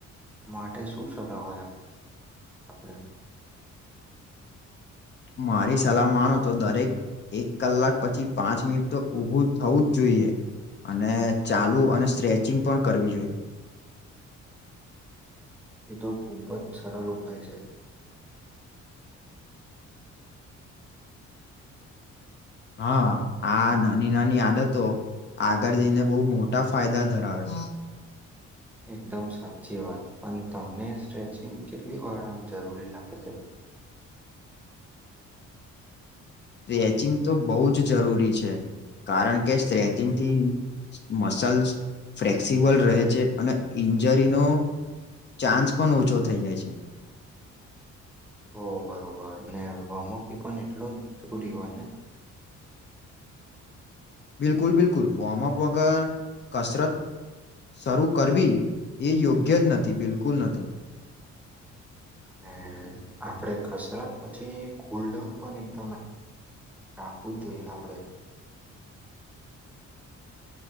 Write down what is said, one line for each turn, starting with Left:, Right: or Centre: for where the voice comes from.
Centre: માટે શું સલા હોય આપણે?
Left: મારી સલાહ માનો તો દરેક એક કલાક પછી પાંચ મિનિટ તો ઊભું થવું જ જોઈએ. અને ચાલુ અને સ્ટ્રેચિંગ પણ કરવી જોઈએ.
Centre: એ તો ખૂબ જ સરળ ઉપાય છે.
Left: હા આ નાની નાની આદતો આગળ જઈને બહુ મોટા ફાયદા ધરાવે છે.
Centre: એકદમ સાચી વાત પણ તમને સ્ટ્રેચિંગ કેટલી વાર આમ જરૂરી લાગે છે?
Left: <unintelligible> સ્ટ્રેચિંગ તો બહુ જ જરૂરી છે કારણ કે સ્ટ્રેચિંગ થી મસલ્સ ફલેક્સિબલ રહે છે અને ઇન્જરીનો ચાન્સ પણ ઓછો થઈ જાય છે.
Centre: ઓ બરોબર ને વોમઅપ પણ એટલો જુદી હોય ને.
Left: બિકુલ બિકુલ વમઅપ વગર કસરત શરૂ કરવી એ યોગ્ય જ નથી બિલકુલ નથી.
Centre: અને આપડે કસરત પછી કુલડાઉન પણ એકદમ આખું જ જોઈએ સા આપડે.
Left: <inaudible>